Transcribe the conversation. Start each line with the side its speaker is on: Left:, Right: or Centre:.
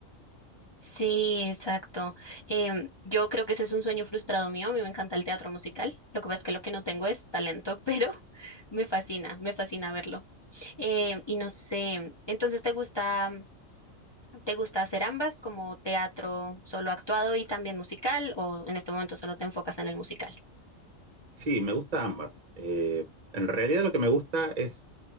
Left: Sí, exacto. Em, yo creo que ese es un sueño frustrado mío. A mí me encanta el teatro musical. Lo que pasa es que lo que no tengo es talento, <laughs> pero me fascina, me fascina verlo. Em, y no sé, entonces ¿te gusta, te gusta hacer ambas como teatro solo actuado y también musical o en este momento solo te enfocas en el musical?
Right: Sí, me gusta ambas. Eh, en realidad lo que me gusta es